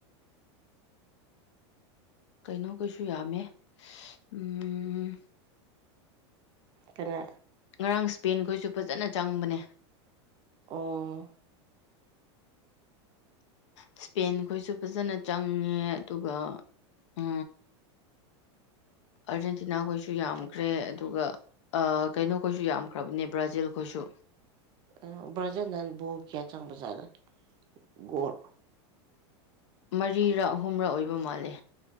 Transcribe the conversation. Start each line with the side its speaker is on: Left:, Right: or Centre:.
Left: ꯀꯩꯅꯣ ꯀꯩꯁꯨ ꯌꯥꯝꯃꯦ ꯎꯝ
Right: ꯀꯅꯥ
Left: ꯉꯔꯥꯡ ꯏꯁꯄꯦꯟꯈꯣꯏꯁꯨ ꯐꯖꯅ ꯆꯪꯕꯅꯦ
Right: ꯑꯣ
Left: ꯏꯁꯄꯦꯟ ꯈꯣꯏꯁꯨ ꯐꯖꯅ ꯆꯪꯉꯦ ꯑꯗꯨꯒ ꯎ ꯑꯥꯔꯖꯦꯟꯇꯤꯅꯥꯈꯣꯏꯁꯨ ꯌꯥꯝꯈ꯭ꯔꯦ ꯑꯗꯨꯒ ꯀꯩꯅꯣꯈꯣꯏꯁꯨ ꯌꯥꯝꯈ꯭ꯔꯕꯅꯦ ꯕ꯭ꯔꯥꯖꯤꯜ ꯈꯣꯏꯁꯨ
Right: ꯑ ꯕꯖꯦꯟ ꯅꯅ ꯣꯜ ꯀꯌꯥ ꯆꯪꯕꯁꯥꯂ ꯒꯣꯣꯔ
Left: ꯃꯔꯤꯔꯥ ꯑꯍꯨꯝꯔ ꯑꯣꯏꯕ ꯃꯥꯜꯂꯦ